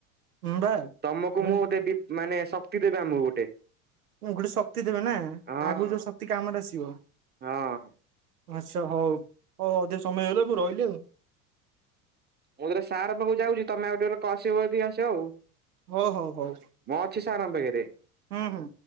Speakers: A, on the right (about 75°); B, on the right (about 20°).
A: ବା
B: ତମକୁ
A: ମାନେ
B: ମୁଁ ଦେବି ମାନେ ଶକ୍ତି ଦେବେ ଆମକୁ ଗୋଟେ।
A: ଗୋଟେ ଶକ୍ତି ଦେବେ ନା ଆଗକୁ
B: ହଁ
A: ଯୋଉ ଶକ୍ତି କାମରେ ଆସିବ।
B: ହଁ।
A: ଆଚ୍ଛା ହୋଉ ହୋଉ ଅଧିକ ସମୟ ହେଇଗଲା। ମୁଁ ରହିଲି ଆଉ।
B: ମୁଁ ତୋରେ ସାର୍ ପାଖକୁ ଯାଉଚି ତମେ ଆଉ ଟିକେ କ ଆସିବ ଯଦି ଆସିବ ଆଉ।
A: ହୋଉ ହୋଉ ହୋଉ
B: ମୁଁ ଅଛି ସାରଙ୍କ ପାଖରେ
A: ହୁଁ ହୁଁ।